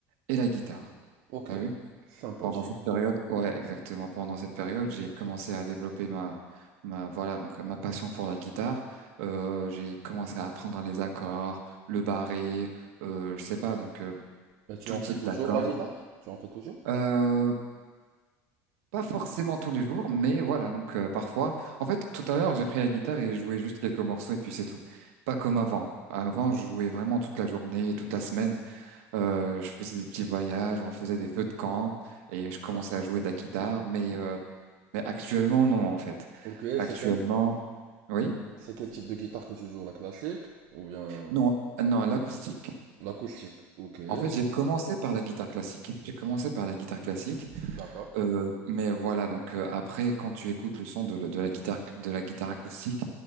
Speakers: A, on the right (about 85°); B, on the right (about 70°).
A: et la guitare.
B: Ok,
A: T'as vu?
B: sympathique.
A: Pendant cette période, ouais, exactement. Pendant cette période, j'ai commencé à développer ma, ma, voilà, donc ma passion pour la guitare. Euh, j'ai commencé à apprendre les accords, le barré, euh, je sais pas, donc euh,
B: Et tu
A: tout
B: en
A: type
B: fais toujours
A: d'accords.
B: la guitare? Tu en fais toujours?
A: Euh, pas forcément tous les jours, mais voilà, donc euh, parfois. En fait, tout à l'heure, j'ai pris la guitare et joué juste quelques morceaux et puis c'est tout. Pas comme avant. Avant, je jouais vraiment toute la journée, toute la semaine. Euh, je faisais des petits voyages, on faisait des feux de camp et je commençais à jouer de la guitare, mais euh, Mais actuellement, non, en fait.
B: Ok,
A: Actuellement,
B: c'est quel,
A: oui.
B: c'est quel type de guitare que tu joues? La classique ou bien
A: Non, non, l'acoustique.
B: l'acoustique? Ok,
A: En fait, j'ai
B: ok,
A: commencé par la guitare classique. J'ai commencé par la guitare classique,
B: d'accord.
A: euh, mais voilà. Donc euh, après, quand tu écoutes le son de, le- de la guitare de la guitare acoustique,